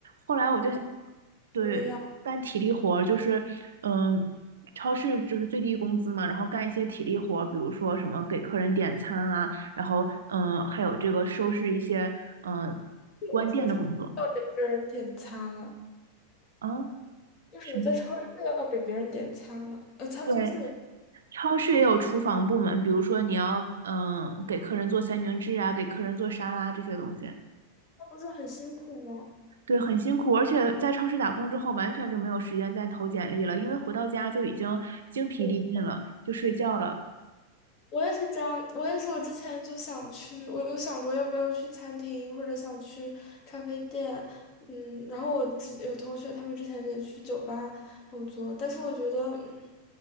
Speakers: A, on the right (about 65°); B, on the left (about 35°).
A: 后来我就对干体力活儿就是嗯，
B: 因为要。
A: 超市就是最低工资嘛，然后干一些体力活儿比如说什么给客人点餐啊，然后嗯，还有这个收拾一些嗯
B: 为什么在要给别人点餐啊？
A: 关店的工作啊。
B: 为什么在超市要给别人点餐啊？
A: 什么？
B: 呃，在超市里，
A: 对，超市也有厨房部门，比如说你要嗯给客人做三明治啊，给客人做沙拉这些东西。
B: 那不是很辛苦吗？
A: 对，很辛苦，而且在超市打工之后，完全就没有时间再投简历了，因为回到家就已经精疲力尽了，
B: 嗯
A: 就睡觉了。
B: 我也是这样，我也是，我之前就想去，我有想过要不要去餐厅，或者想去咖啡店，嗯，然后我之有同学他们之前也去酒吧工作，但是我觉得，嗯，